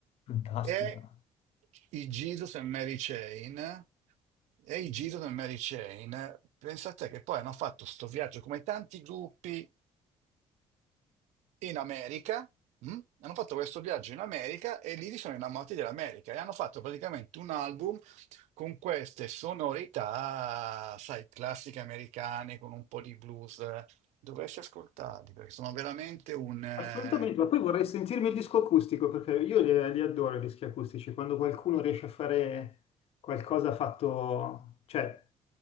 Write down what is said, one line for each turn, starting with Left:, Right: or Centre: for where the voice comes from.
Left: Fantastica.
Right: E i Jesus e Mary Chain, e i Jesus e Mary Chain, pensate che poi hanno fatto sto viaggio come tanti gruppi in America, mh? hanno fatto questo viaggio in America e lì si sono innamorati dell'America e hanno fatto praticamente un album con queste sonorità, sai, classiche americane con un po' di blues. Dovresti ascoltarli perché sono veramente un... eh,
Left: Assolutamente, ma poi vorrei sentirmi il disco acustico perché io li, li adoro i dischi acustici, quando qualcuno riesce a fare qualcosa fatto, cioè,